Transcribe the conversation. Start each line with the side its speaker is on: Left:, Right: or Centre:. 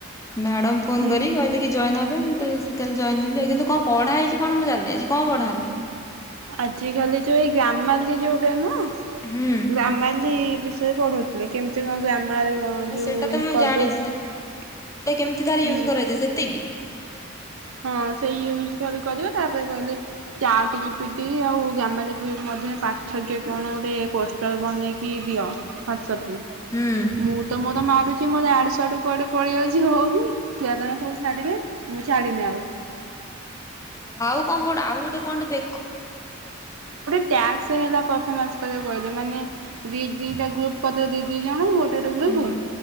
Left: ମ୍ୟାଡମ ଫୋନ
Right: ହୁଁ।
Left: କରି କହିଲେ କି ଜଏନ ହବ। ମୁଁ ତ ସେତେବେଳେ ଜଏନ ହେଲି କିନ୍ତୁ କଣ ପଢା ହେଇଛି କଣ ମୁଁ ଜାଣିନି, ଆଜି କଣ ପଢା ହେଲା?
Right: ଆଜିକାଲି ଯୋଉ ଏଇ ଗ୍ରାମାଲି ଯୋଉଟା ନୁହଁ,
Left: ହୁଁ
Right: ଗ୍ରାମାଲି ବିଷୟରେ ପଢଉଥିଲେ କେମିତି କଣ ମାର
Left: ଆଉ
Right: ଯଉ
Left: ସେଇଟା ତ
Right: ଇନ
Left: ମୁଁ
Right: କରଦେ
Left: ଜାଣିଛି
Right: ହୁଁ। <unintelligible>
Left: ସେଟା କେମିତି ତାର ୟୁଜ କରାଯାଏ ସେତିକି।
Right: ହଁ। ସେଇ ୟ କହିଲ କରିବା ତାପରେ କହିଲେ, ଚା ଟିକେ ପି ଦେଇ ଆଉ ଗାମାଲି ମଧ୍ୟ ପାଠ ଆଗେ କଣ ଗୋଟେ ପୋଷ୍ଟର ବନେଇକି ଦିଅ। ସ
Left: ହୁଁ।
Right: ମୁଁ ତ ମର ମାଡୁଛି ମର ଆଡ ଆଡୁ କୁଆଡେ ପଳେଇ ଆଉଛି ହଉନି, ଛୁଆ <unintelligible> ଛାଡିଲେ ମୁଁ ଛାଡିନି ଆଉ।
Left: ଆଉ କଣ ପଡ ଆଉ ଗୋଟେ କଣ ଟେ ଦେଖଁ
Right: ଟାସ୍କ ହେଲା ପରଫମାସକୁ କହିଦେ ମାନେ ଦି ଦିଟା ଗ୍ରୁପ୍ କରିଦେ ଦି ଦି ଜଣ। କୁ
Left: ହୁଁ